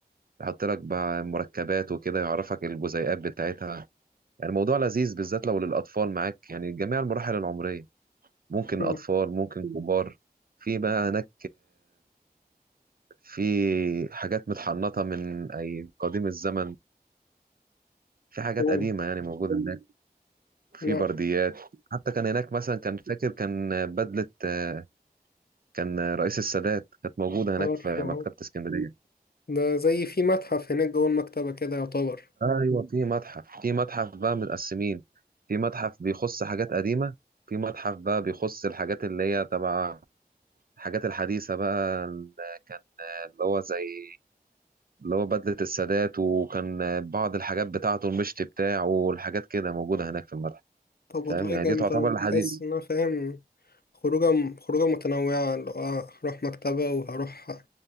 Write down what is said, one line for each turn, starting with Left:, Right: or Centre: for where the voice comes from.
Right: يحط لك بقى مركبات وكده يعرفك الجزيئات بتاعتها يعني الموضوع لذيذ بالذات لو للأطفال معاك يعني جميع المراحل العمرية ممكن
Left: مم.
Right: أطفال ممكن كبار في بقى هناك في حاجات متحنطة من أي قديم الزمن في حاجات
Left: مم.
Right: قديمة يعني موجودة هناك في
Left: لا
Right: برديات حتى كان هناك مثلا كان فاكر كان بدلة آه، كان رئيس السادات كانت موجودة هناك
Left: عارفه
Right: في
Left: أه.
Right: مكتبة اسكندرية
Left: ده زي في متحف هناك جوه المكتبة كده يعتبر
Right: أيوة في متحف في متحف بقى متقسمين في متحف بيخص حاجات قديمة في متحف بقى بيخص الحاجات اللي هي تبع الحاجات الحديثة بقى اللي كان اللي هو زي اللي هو بدلة السادات وكان بعض الحاجات بتاعته المشط بتاعه والحاجات كده موجودة هناك في المتحف
Left: طب والله
Right: فاهم يعني
Left: جامدة
Right: دي تعتبر
Left: أوي.
Right: الحديث
Left: تحس إن أنا فاهم خروجة خروجة متنوعة اللي هو هروح مكتبة وهروح